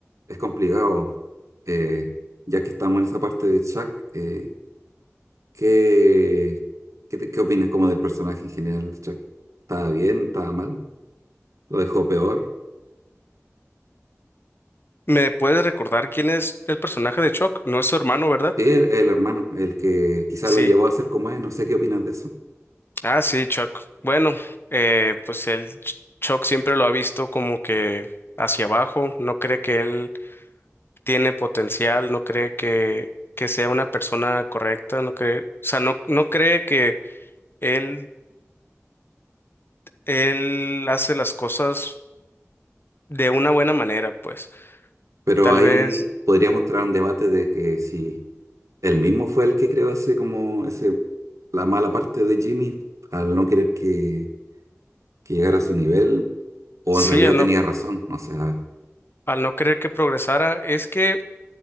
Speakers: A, on the right; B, on the left.
A: es complicado, eh, ya que estamos en esa parte de Chuck, eh, ¿qué, qué, te- qué opinas como del personaje en general de Chuck? ¿Estaba bien? ¿Estaba mal? ¿Lo dejó peor?
B: ¿Me puedes recordar quién es el personaje de Chuck? No es su hermano, ¿verdad?
A: Sí, el, el hermano, el que quizá
B: Sí.
A: lo llevó a ser como es, no sé qué opinas de eso.
B: Ah, sí, Chuck. Bueno, eh, pues el Ch- Chuck siempre lo ha visto como que hacia abajo, no cree que él tiene potencial, no cree que, que sea una persona correcta, no cree, o sea, no, no cree que él, él hace las cosas de una buena manera, pues.
A: Pero
B: Tal
A: ahí
B: vez,
A: podríamos entrar a un debate de que si él mismo fue el que creó ese como ese la mala parte de Jimmy al no querer que, que llegara a su nivel, o
B: sí,
A: en realidad
B: al
A: tenía
B: no,
A: razón, no sé, a ver,
B: al no querer que progresara, es que,